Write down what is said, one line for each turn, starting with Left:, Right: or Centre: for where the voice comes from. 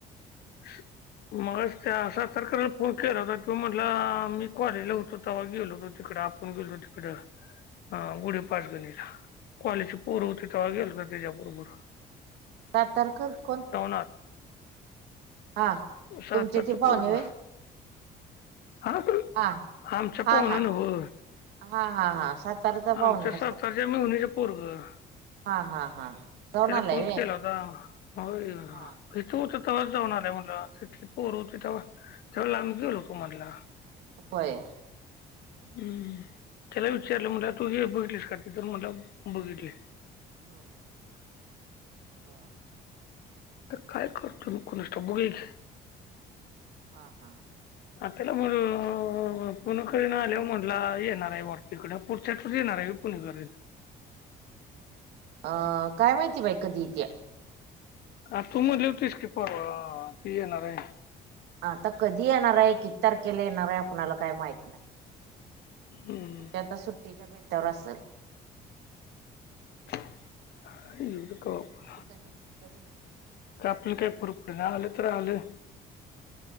Left: <unintelligible> मगाशी त्या सातारकरला फोन केला होता, त्यो म्हणला मी कॉलेजला होतो तेव्हा गेलो होतो तिकडं, आप ण गेलो तिकडं. हा गुढे पाचगणीला कॉलेजची पोरं होते तेव्हा गेलतो तेजाबरोबर.
Right: सातारकर कोण?
Left: आत
Right: हा
Left: सातारचं
Right: तुमचे ते पाहुणे
Left: पोरगं.
Right: व्हय
Left: हा
Right: हा
Left: आमच्या
Right: हा
Left: पावना
Right: हा
Left: नव्हं,
Right: हा हा हा सातारचा पाहुणा
Left: आमच्या सा
Right: सातारचा
Left: तारच्या मेव्हणीचं पोरगं.
Right: हा हा हा जाऊन
Left: तिला
Right: आलाय
Left: फोन
Right: व्हय
Left: केला होता हो.
Right: हा
Left: इथं होती तेव्हाच जाऊन आलोय म्हणला, तिथली पोर होती तेव्हा त्यावेळेला आम्ही गेलोतो म्हणला.
Right: व्हय.
Left: हं.., त्याला विचारलं म्हणला तू हे बघितलीस का? ते तर म्हणला बघितलंय.
Right: <unintelligible>
Left: आता काय करतो कुणास ठाऊक, बघुया की,
Right: हा, हा
Left: आ त्याला म पुणकरीन आल्यावर म्हंटला येणार आहे, वा इकडं पुढच्या आठवड्यातच येणार हाय व्हय पुणेकरीनं?
Right: अ काय माहिती बाई कधी ईत्या?
Left: ह तू म्हणली होतीस की, परवा ती येणार आहे.
Right: आता कधी येणार आहे, किती तारखेला येणार आहे, आपणाला काय माहित नाही.
Left: हम्म
Right: आता सुट्टीच्या बेता्यावर असेल.
Left: <unintelligible>
Right: ते कधी नृत्य पण असत.
Left: का आपलं काय पुरप नाही, आलं तर आलं.